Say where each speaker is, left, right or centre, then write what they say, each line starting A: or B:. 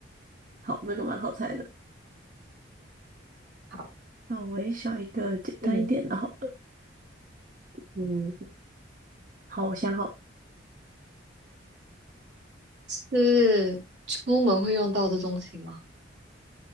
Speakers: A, on the right; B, on the right.
A: 好，这个蛮好猜的。
B: 好，
A: 那我也想一个简单一点的，
B: 嗯，
A: 好了。嗯，好，我想好。
B: 是出门会用到的东西吗？